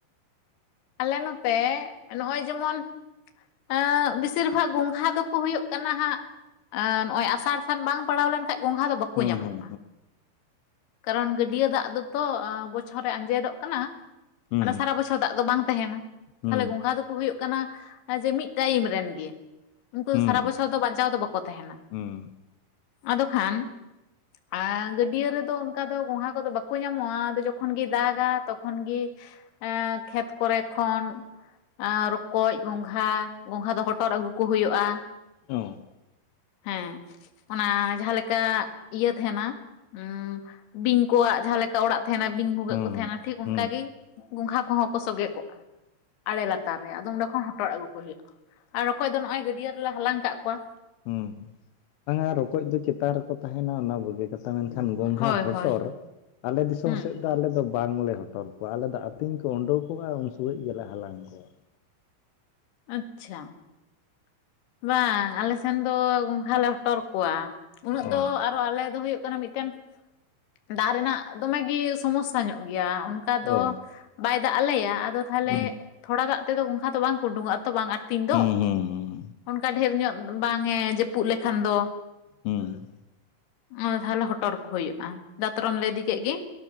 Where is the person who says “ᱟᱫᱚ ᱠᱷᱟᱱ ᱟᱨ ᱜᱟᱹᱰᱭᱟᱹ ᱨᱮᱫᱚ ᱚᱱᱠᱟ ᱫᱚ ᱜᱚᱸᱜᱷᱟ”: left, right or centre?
Left